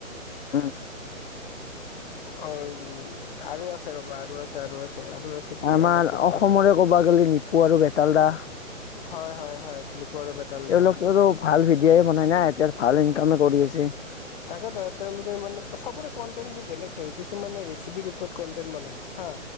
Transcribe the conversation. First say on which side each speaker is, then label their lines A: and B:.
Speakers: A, on the left; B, on the left.
A: হম
B: অ আৰু আছে ৰ'বা আৰু আছে আৰু আছে আৰু আছে কি
A: আমাৰ
B: নাম আছিলে
A: অসমৰে ক'বা গলে নিপু আৰু বেতাল দা
B: হয় হয় হয় আৰু বেতাল
A: তেওঁলোকোৰো
B: দা।
A: ভাল ভিডিঅই বনাই না এতিয়া ভাল ইনকামে কৰি আছে।
B: তাকেইটো তেওঁলোকে মানে চবৰে কণ্টেন্ট বোৰ বেলেগ থাকে কিছুমানানে ৰেচিপিৰ ওপৰত কনন্টেন বনায়। হা